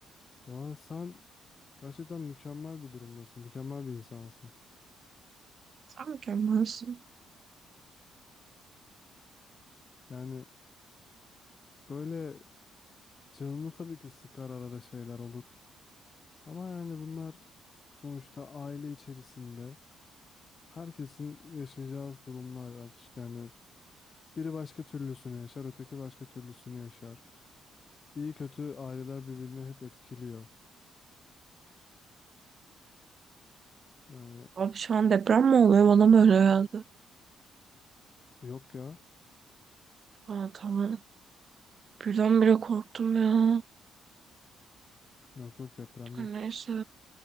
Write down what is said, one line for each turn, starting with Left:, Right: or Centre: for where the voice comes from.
Left: Vay sen gerçekten mükemmel bir durumdasın. Mükemmel bir insansın.
Right: Sen mükemmelsin.
Left: Yani böyle Canını tabii ki sıkar arada şeyler olur. Ama yani bunlar sonuçta aile içerisinde herkesin yaşayacağı durumlar. artık. Yani biri başka türlüsünü yaşar, öteki başka türlüsünü yaşar. İyi kötü aileler birbirini hep etkiliyor. Yani
Right: Abi şu an deprem mi oluyor? Bana mı öyle geldi?
Left: yok ya.
Right: Aa, tamam. Birdenbire korktum ya.
Left: Yok yok deprem
Right: Neyse.
Left: yok.